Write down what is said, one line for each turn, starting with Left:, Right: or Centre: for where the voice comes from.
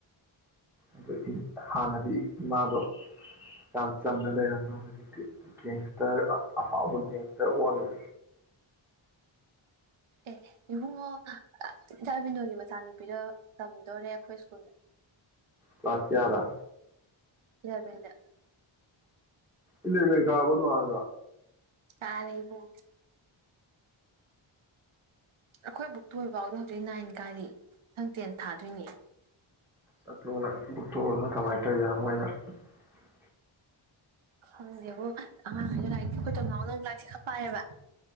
Centre: ꯑꯗꯨ ꯍꯥꯟꯅꯗꯤ ꯏꯃꯥꯗꯣ ꯌꯥꯝ ꯆꯝꯅ ꯂꯩꯔꯝꯃ ꯍꯧꯖꯤꯛꯇꯤ ꯒꯦꯡꯁꯇꯔ ꯑ ꯑꯐꯥꯎꯕ ꯒꯦꯡꯁꯇꯔ ꯑꯣꯟꯒ꯭ꯔꯦ
Right: ꯑꯦ ꯏꯕꯨꯡꯉꯣ ꯏꯆꯥꯟꯕꯤꯅꯣꯒꯤ ꯃꯆꯥꯅꯨꯄꯤꯗꯣ ꯇꯝꯗꯣꯔꯦ ꯑꯩꯈꯣꯏ ꯁ꯭ꯀꯨꯜꯗ
Centre: ꯀ꯭ꯂꯥꯁ ꯀꯌꯥꯗ
Right: ꯏꯂꯕꯦꯟꯗ
Centre: ꯏꯂꯚꯦꯟ ꯀꯥꯔꯕꯣ ꯑꯗꯨ ꯑꯉꯥꯡꯗꯣ
Right: ꯀꯥꯔꯦ ꯏꯕꯨꯡꯉꯣ ꯑꯩꯈꯣꯏ ꯕꯨꯛꯇꯣ ꯍꯣꯏꯕꯥꯎꯗ ꯍꯧꯖꯤꯛ ꯅꯥꯏꯟ ꯀꯥꯔꯦ ꯃꯊꯪ ꯇꯦꯟ ꯊꯥꯗꯣꯏꯅꯦ
Centre: <unintelligible>
Right: ꯈꯪꯗꯦꯕꯣ ꯑꯉꯥꯡꯉꯩꯗꯣ ꯂꯥꯏꯔꯤꯛ ꯑꯩꯈꯣꯏ ꯇꯣꯝꯅꯥꯥꯎꯅ ꯂꯥꯏꯂꯤꯛꯁꯦ ꯈꯔ ꯄꯥꯏꯌꯦꯕ